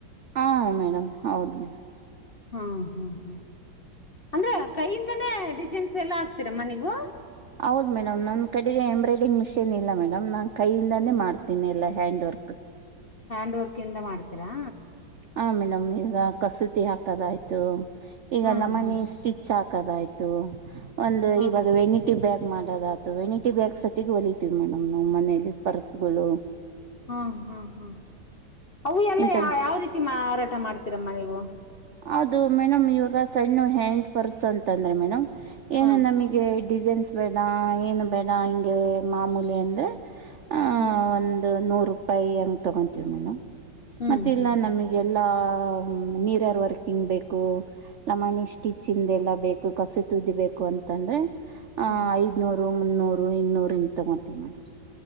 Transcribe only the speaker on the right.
ಹಾ ಮೇಡಮ್ ಹೌದು ಮೇಡಮ್
ಹೌದ್ ಮೇಡಮ್ ನನ್ ಕಡೆಗೆ ಎಂಬ್ರಾಯ್ಡಡಿಂಗ್ ಮಿಷಿನ್ ಇಲ್ಲ ಮೇಡಮ್ ನಾನ್ ಕೈಯಿಂದಾನೇ ಮಾಡ್ತೀನಿ ಎಲ್ಲ ಹ್ಯಾಂಡ್ ವರ್ಕ್ ಹಾ
ಹ ಮೇಡಮ್ ಈಗ ಕಸೂತಿ ಹಾಕದಯ್ತು ಈಗಲ್ಲಮನಿ
ಸ್ಟಿಚ್ ಹಾಕ ಾಯ್ತು ಒಂದು
ಇವಾಗ ವೆಣ್ಣಿಟಿ ಬ್ಯಾಗ್ ಮಾಡ ಆತ ವೆಣಿಟಿ ಬ್ಯಾಗ್ಸ್ ಸತ್ತ ಹೊಲಿತೀವಿ ಮೇಡಮ್ ನ್ ಮನಲಿ ಪರ್ಸ್ ಗಳು
ಇಂತ
ಹೌದು ಮೇಡಮ್ ಇವಾಗ ಸಣ್ಣ ಹ್ಯಾಂಡ್ ಪರ್ಸ್ ಅಂತಂದ್ರೆ ಮೇಡಮ್ ಏನು
ನಮಗೆ ಡಿಸೈನ್ಸ್ ಬೇಡ ಏನು ಬೇಡ ಹಿಂಗೆ ಮಾಮೂಲಿ ಅಂದ್ರೆ ಆ
ಒಂದು ನೂರು ರೂಪಾಯಿ ಹಂಗೆ ತೊಗೊಂತೀವಿ ಮೇಡಮ್
ಮತ್ತೆ ಇಲ್ಲ
ನಮಗೆ ಎಲ್ಲಾ ನೀರಾರ ಮರ್ಕಿಂಗ್ ಬೇಕು ಲಮಣಿ ಸ್ಟಿಚ್ಂದ ಎಲ್ಲಾ ಬೇಕು ಕಸ ತುದಿ ಬೇಕು ಅಂತಂದ್ರೆ ಆ
ಐದನೂರು ಮುನ್ನೂರು ಇನ್ನೂರು ಹಿಂಗ ತಗೋತೀವಿ ಮೇಡಮ್